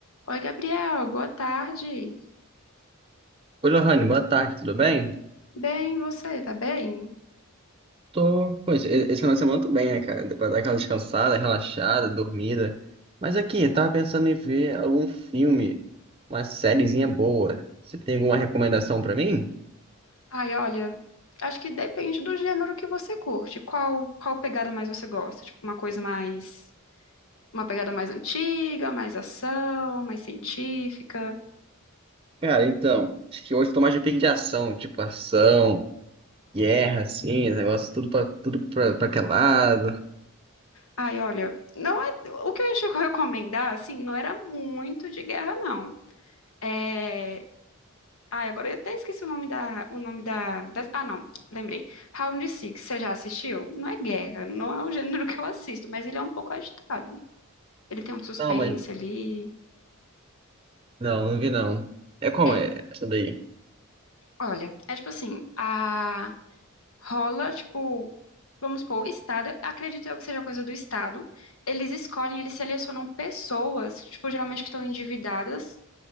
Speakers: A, on the left; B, on the right.
A: Oi, Gabriel, boa tarde.
B: Oi, Lohane, boa tarde, tudo bem?
A: Bem, você, tá bem?
B: Tô, pois, e- esse final de semana eu tô bem, né, cara? Deu pra dar aquela descansada, relaxada, dormida. Mas aqui, eu tava pensando em ver algum filme, uma sériezinha boa. Você tem alguma recomendação pra mim?
A: Ai, olha, acho que depende do gênero que você curte. Qual, qual pegada mais você gosta? Tipo, uma coisa mais, uma pegada mais antiga, mais ação, mais científica.
B: Cara, então, acho que hoje eu tô mais de pique de ação, tipo ação, guerra, assim, negócio tudo pra, tudo pra, pra aquele lado.
A: Ai, olha, não é, o que eu ia te recomendar, assim, não era muito de guerra, não. É, ai, agora eu até esqueci o nome da, o nome da, da- ah, não, lembrei. Round Six, você já assistiu? Não é guerra, não é o gênero <laughs> que eu assisto, mas ele é um pouco agitado. Ele tem um suspense
B: Não, mas,
A: ali.
B: não, não vi não. É como
A: É,
B: é essa daí?
A: olha, é tipo assim, a rola, tipo, vamos supor, o Estado, acredito eu que seja coisa do Estado. Eles escolhem, eles selecionam pessoas, tipo, geralmente que estão endividadas.